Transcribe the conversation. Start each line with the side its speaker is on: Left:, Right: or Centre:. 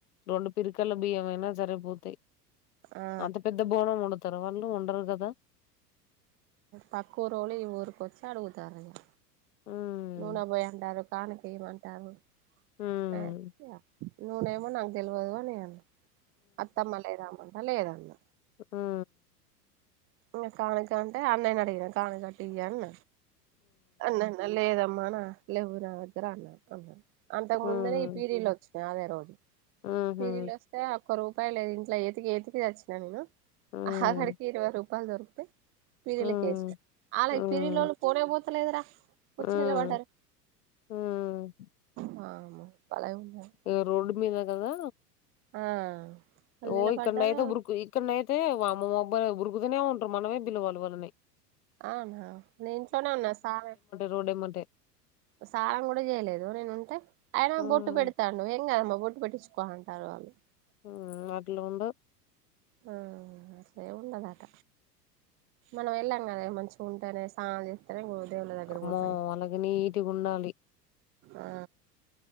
Left: రెండు పిరికల బియ్యం అయినా సరిపోతాయి
Right: ఆ
Left: అంత పెద్ద బోనం ఉండద్ తర వాళ్ళు ఉండరు కదా
Right: పక్కురోళ్ళు ఈ ఊరుకోచ్చి అడుగుతారండి
Left: హ్మ్
Right: నూనబోయ్ అంటారు కానకేయమంటారు
Left: హ్మ్
Right: నా నూనె ఏమో నాకు తెలవదు నేన్ అన్న అత్తమ్మలేదమ్మా మా లేదన్న
Left: హు
Right: ఇగ కనకంట అంటే అన్నయ్యని ఆడిగినా కానకటియన్న అన్నా అన్నా లేదమ్మా నా లెవ్వు నా దగ్గర అన్నడు అవునా అంతకు
Left: హ్మ్
Right: ముందునే ఈ పిరీల్ వచ్చినాయి అదే రోజు
Left: ఊహూ
Right: పీరిలోస్తే తే ఒక్క రూపాయ లేదు ఇంట్లో ఎతికి ఏతికి సచ్చినా నేను
Left: హ్మ్
Right: ఆఖరికి ఇరవై రూప్ పాలు దొరుకుతే పిరిలకేసినా
Left: హ్మ్
Right: అలా
Left: హ్మ్
Right: పిరిలోళ్ళు పోనే పోతలేదురా
Left: హ్మ్
Right: వచ్చి నిలబడ్డారు
Left: హ్మ్
Right: వామ్మో బలే ఉన్నారు
Left: ఇగ రోడ్ మీద కదా
Right: ఆ వాళ్ళు
Left: ఓ
Right: నిలబడ్డారు
Left: ఇక్కడనయితే ఉరుకు ఇక్కడనయితే వామ్మో అబ్బ ఉురుకుతనే ఉంటారు మనమే పిలవాలి వాళ్ళని
Right: అవునా నే ఇంట్లోనే ఉన్నా సార్
Left: రోడ్ ఎమ్మ్బట్టే
Right: స్నానం కూడా చేయలేదు నేను ఉంటే అయన
Left: హ్మ్
Right: బొట్టు పెడతాండు ఏంగాదమ్మ బొట్టు పెట్టించుకో అంటారు వాళ్ళు
Left: ఉ అట్లుండోద్
Right: ఆ అట్లేముండదట మనం వెళ్ళాం కదా మంచిగా ఉంటేనే సాన్ దేవుళ్ళ దగ్గర
Left: అమ్మో
Right: పోతాం
Left: వాళ్ళకి నీట్‌గుండాలి.
Right: ఆ